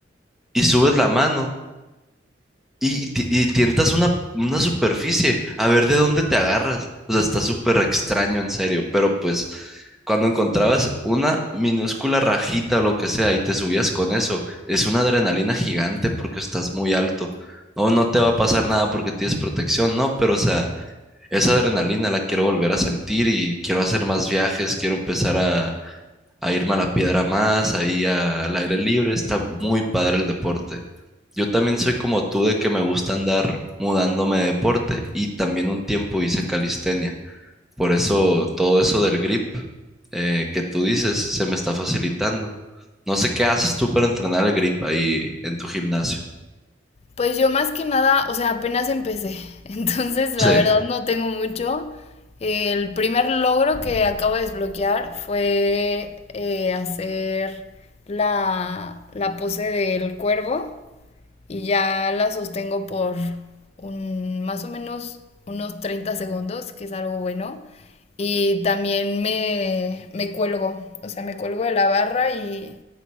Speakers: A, in the centre; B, on the left.
A: y subes la mano Y, y ti- y tientas una, una superficie, a ver de dónde te agarras. O sea, está súper extraño, en serio. Pero pues, cuando encontrabas una minúscula rajita o lo que sea y te subías con eso, es una adrenalina gigante porque estás muy alto. No, no te va a pasar nada porque tienes protección, no, pero o sea, esa adrenalina la quiero volver a sentir y quiero hacer más viajes, quiero empezar a, a irme a la piedra más, ahí a- al aire libre. Está muy padre el deporte. Yo también soy como tú de que me gusta andar mudándome de deporte y también un tiempo hice calistenia. Por eso todo eso del grip eh, que tú dices se me está facilitando. No sé qué haces tú para entrenar el grip ahí en tu gimnasio.
B: Pues yo más que nada, o sea, apenas empecé, <laughs> entonces la
A: Sí,
B: verdad no tengo mucho. El primer logro que acabo de desbloquear fue eh, hacer la, la pose del cuervo y ya la sostengo por un, más o menos unos 30 segundos, que es algo bueno. Y también me, me cuelgo, o sea, me cuelgo de la barra y